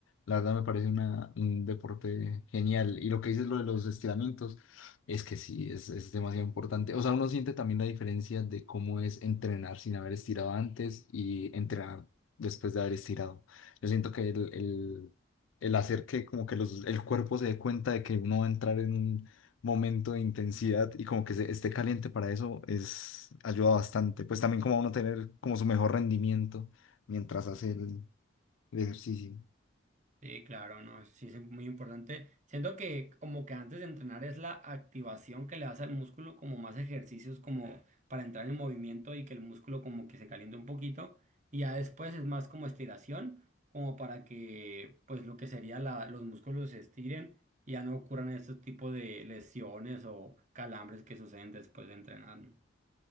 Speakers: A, on the left; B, on the right.
A: La verdad me parece una, un deporte genial. Y lo que dices lo de los estiramientos, es que sí, es, es demasiado importante. O sea, uno siente también la diferencia de cómo es entrenar sin haber estirado antes y entrenar después de haber estirado. Yo siento que el, el, el hacer que como que los, el cuerpo se dé cuenta de que uno va a entrar en un momento de intensidad y como que se- esté caliente para eso es ayuda bastante. Pues también como a uno tener como su mejor rendimiento mientras hace el, el ejercicio.
B: Sí, claro, no, sí es muy importante. Siento que como que antes de entrenar es la activación que le das al músculo, como más ejercicios como para entrar en movimiento y que el músculo como que se caliente un poquito y ya después es más como estiración, como para que pues lo que sería la, los músculos se estiren y ya no ocurran estos tipos de lesiones o calambres que suceden después de entrenar. ¿no?